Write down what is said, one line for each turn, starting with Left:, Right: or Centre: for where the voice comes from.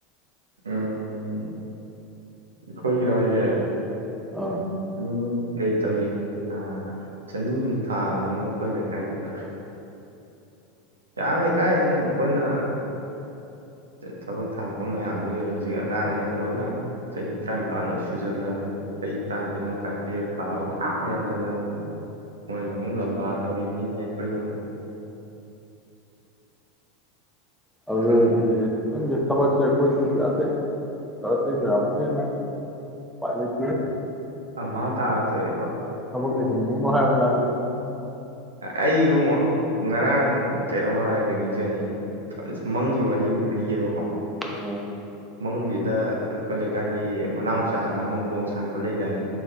Right: ꯎꯝ ꯑꯩꯈꯣꯏꯒꯤꯔꯣ ꯍꯥꯏꯁꯦ
Centre: ꯑꯥ
Right: ꯃꯤ ꯀꯩ ꯇꯧꯏ ꯑ ꯆꯅꯤꯃꯨꯛ ꯊꯥꯕꯅꯦꯉꯣ ꯑꯩꯈꯣꯏ ꯂꯩꯀꯥꯏꯗꯨꯗ ꯌꯥꯝꯃꯦ ꯀꯥꯏꯁꯤꯅ ꯑꯩꯈꯣꯏꯅ ꯊꯕꯛ ꯊꯥꯔꯛꯄ ꯃꯌꯥꯝꯗꯨꯒꯤ ꯍꯧꯖꯤꯛ ꯑꯉꯥꯡꯈꯩ ꯂꯣꯏꯅ ꯆꯍꯤ ꯇꯔꯥꯅꯤꯄꯥꯜ ꯂꯣꯏ ꯁꯨꯖꯜꯂꯛꯑꯕꯅꯤ ꯆꯍꯤ ꯇꯔꯥ ꯇꯔꯦꯠ ꯃꯈꯥꯏ ꯇꯦ ꯊꯥꯕ ꯃ ꯌꯥꯝꯖꯜꯂꯛꯑꯕꯅꯤ ꯃꯣꯏꯒ ꯏꯨꯡ ꯂꯝꯕꯥ ꯇꯧꯔꯤ ꯃꯤꯅꯦ ꯍꯔꯃꯨ
Centre: ꯍꯗ
Right: ꯈꯪꯗꯦꯗ
Centre: ꯑꯗꯨꯗꯤ ꯍꯪꯦ ꯊꯕꯛꯁꯦ ꯑꯩꯈꯣꯏꯁꯨ ꯌꯥꯗꯦ ꯊꯕꯛ ꯌꯥꯁꯤ ꯄꯥꯏ ꯊꯛ
Right: ꯑꯃ ꯇꯥꯔ ꯇꯣꯛꯑꯦꯕ
Centre: ꯃꯕꯨꯅꯅꯨꯡꯍꯕꯖꯥꯔꯒꯤꯗ
Right: ꯑꯩꯨ ꯉꯔꯥꯡ ꯀꯩꯅꯣꯝ ꯍꯥꯏꯒꯅꯤ ꯆꯪ ꯑꯁ ꯃꯪꯒꯤ ꯋꯥꯔꯤ ꯑꯃ ꯄꯤꯒꯦꯕꯀꯣ
Centre: ꯎꯝ
Right: ꯃꯪꯒꯤ ꯑ ꯗ ꯑꯩꯈꯣꯏ ꯂꯩꯀꯥꯏꯒꯤ ꯃꯅꯥꯥꯡ ꯆꯥꯅꯅꯕ ꯕꯣꯜ ꯁꯥꯟꯅꯕ ꯂꯩꯗꯥꯏꯅꯦ